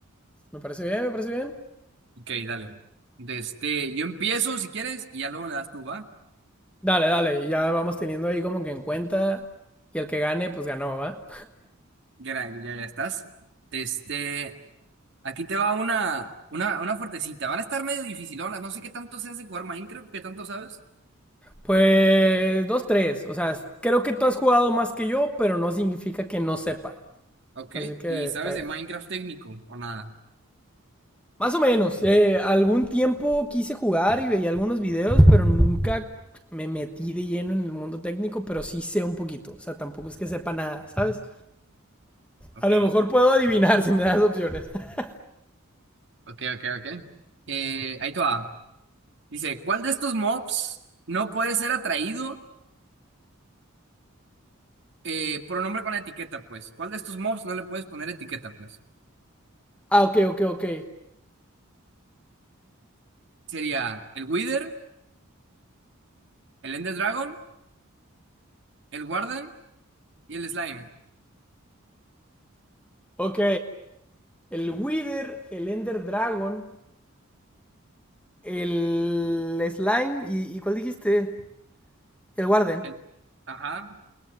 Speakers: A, in the centre; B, on the right.
A: Me parece bien, me parece bien.
B: Ok, dale. Desde, yo empiezo si quieres y ya luego le das tú, ¿va?
A: Dale, dale. Y ya vamos teniendo ahí como que en cuenta. Y el que gane, pues ganó, ¿va?
B: Ya, ya, ya estás. Este, aquí te va una, una, una fuertecita. Van a estar medio dificilonas. No sé qué tanto seas de jugar Minecraft, qué tanto sabes.
A: Pues dos, tres. O sea, creo que tú has jugado más que yo, pero no significa que no sepa.
B: Ok,
A: Así que
B: ¿y sabes
A: está bien.
B: de Minecraft técnico o nada?
A: Más o menos. eh, algún tiempo quise jugar y veía algunos videos, pero nunca me metí de lleno en el mundo técnico, pero sí sé un poquito. O sea, tampoco es que sepa nada, ¿sabes?
B: Ok,
A: A lo mejor puedo adivinar si me das opciones. <laughs>
B: ok, ok, ok. Eh, ahí te va. Dice, ¿cuál de estos mobs no puede ser atraído eh, por un nombre con etiqueta, pues? ¿Cuál de estos mobs no le puedes poner etiqueta, pues?
A: Ah, ok, ok, ok.
B: Sería el Wither, el Ender Dragon, el Warden. Y el slime.
A: Ok. El Wither, el Ender Dragon, el Slime y, ¿y ¿cuál dijiste? El Warden.
B: El... Ajá.